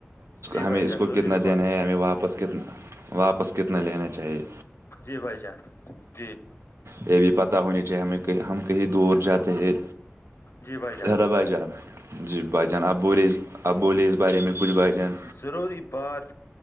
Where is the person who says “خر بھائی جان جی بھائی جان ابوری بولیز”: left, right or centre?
Right